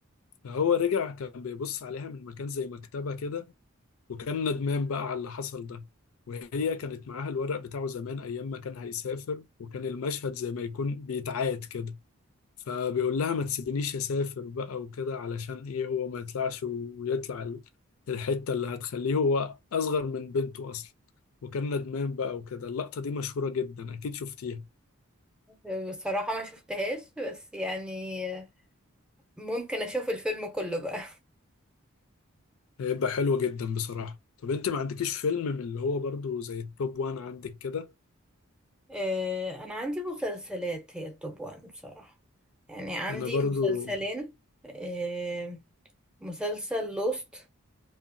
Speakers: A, on the left (about 75°); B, in the centre.
A: فهو رجع كان بيبص عليها من مكان زي مكتبة كده وكان ندمان بقى على اللي حصل ده وهي كانت معاها الورق بتاعه زمان أيام ما كان هيسافر وكان المشهد زي ما يكون بيتعاد كده فبيقول لها ما تسيبينيش أسافر بقى وكده علشان إيه هو ما يطلعش ويطلع ال- الحتة اللي هتخليه هو أصغر من بنته أصلا وكان ندمان بقى وكده اللقطة دي مشهورة جدا أكيد شفتيها
B: آه، بصراحة ما شفتهاش بس يعني آه، ممكن اشوف الفيلم كله بقى
A: هيبقى حلو جدا بصراحة طب انت ما عندكيش فيلم من اللي هو برضو زي التوب وان عندك كده
B: آه، أنا عندي مسلسلات هي التوب وان بصراحة يعني عندي
A: انا برضو
B: مسلسلين آه، مسلسل لوست